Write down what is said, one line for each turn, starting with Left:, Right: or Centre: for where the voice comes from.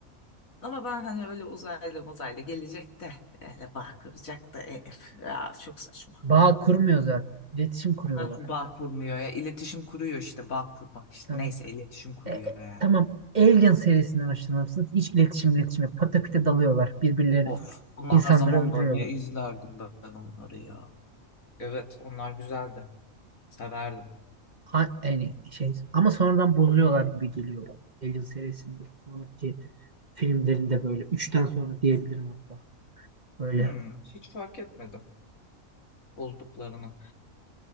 Left: Ama ben hani öyle uzaylı muzaylı gelecek de öyle bağ kıracak da eh, ya çok saçma.
Right: Bağ kurmuyor zaten. İletişim kuruyorlar.
Left: Nasıl bağ kurmuyor ya? İletişim kuruyor işte bağ kurmak işte.
Right: Tamam.
Left: Neyse iletişim kuruyor
Right: E, e,
Left: yani.
Right: tamam. Alien serisinden hoşlanır mısınız? Hiç iletişim iletişim yok. Pataküte dalıyorlar. Birbirleri
Left: Of bunlar
Right: insanları
Left: zamanda
Right: öldürüyorlar.
Left: ne izlerdim ben onları ya. Evet onlar güzeldi. Severdim.
Right: A- yani şey ama sonradan bozuyorlar gibi geliyor bana. Alien serisinde sonraki filmlerinde böyle üçten sonra diyebilirim hatta. Böyle
Left: Hmm, hiç fark etmedim bozduklarını.